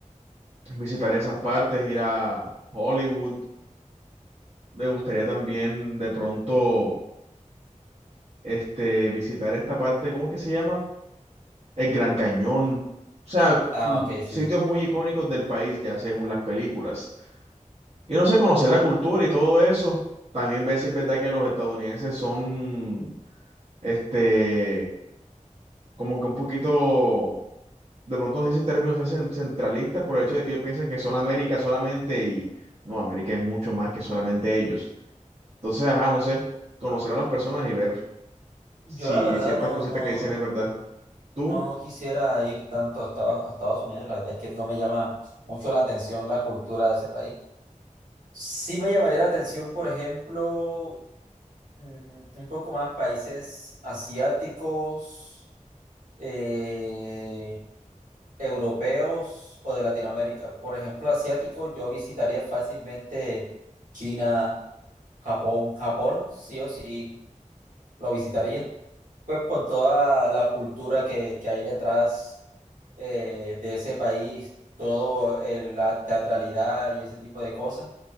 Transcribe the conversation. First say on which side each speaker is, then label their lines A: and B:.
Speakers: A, on the right; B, on the right.
A: visitar esas partes, ir a Hollywood. Me gustaría también de pronto este, visitar esta parte, ¿cómo es que se llama? El Gran Cañón. O sea,
B: Ah,
A: mm,
B: ok,
A: sitios
B: sí.
A: muy icónicos del país, ya según las películas. Y no sé, conocer la cultura y todo eso. También ver si es verdad que los estadounidenses son, este, como que un poquito, de pronto no sé si el término sea cen- centralistas por el hecho de que ellos piensan que son América solamente y no, América es mucho más que solamente ellos. Entonces, ajá, no sé, conocer a las personas y ver
B: Yo
A: si
B: la verdad
A: ciertas
B: no,
A: cositas
B: no,
A: que
B: no.
A: dicen es verdad. ¿Tú?
B: No, no quisiera ir tanto a Estados, a Estados Unidos, la verdad es que no me llama mucho la atención la cultura de ese país. Sí me llamaría la atención, por ejemplo, mm, un poco más países asiáticos, eh, europeos o de Latinoamérica. Por ejemplo, asiático, yo visitaría fácilmente China, Japón. Japón, sí o sí, lo visitaría. Pues por toda la cultura que, que hay detrás eh, de ese país, todo el- la teatralidad y ese tipo de cosas.